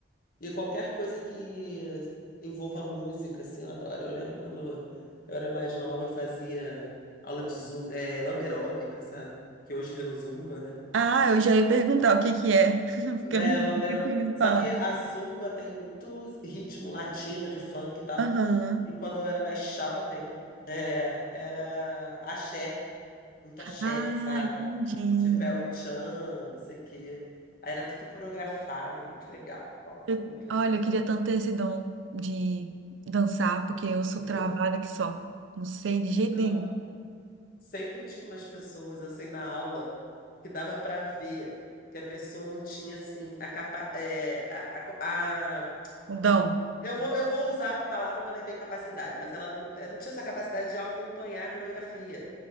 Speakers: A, on the left (about 45°); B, on the right (about 80°).
A: E qualquer coisa que envolva música, assim, eu adoro. Eu lembro quando eu era mais nova, eu fazia aula de zum, é, lamberóbica, sabe? Que hoje virou zumba, né?
B: Ah, eu já ia perguntar o que que é, <laughs> porque
A: É,
B: eu nunca
A: lambeiro.
B: tive de falar.
A: Só que a Zumba tem muito ritmo latino de funk e tal.
B: Aham.
A: E quando eu era mais jovem, é, era axé, muito axé,
B: Ah,
A: sabe?
B: entendi.
A: Tipo, é o tchan, não sei o quê. Aí era tudo coreografado, era muito legal. Nossa,
B: Eu-
A: era muito legal.
B: Olha, eu queria tanto ter esse dom de dançar, porque eu sou
A: De
B: travada
A: co-
B: que só. Não sei de
A: <laughs>
B: jeito
A: Não,
B: nenhum.
A: sempre tinha umas pessoas assim na aula que dava pra ver que a pessoa não tinha assim a capa... é, a, a,
B: O dom.
A: Eu vou, eu vou usar a palavra, mas não é bem capacidade, mas ela não, eu não tinha essa capacidade de acompanhar a coreografia.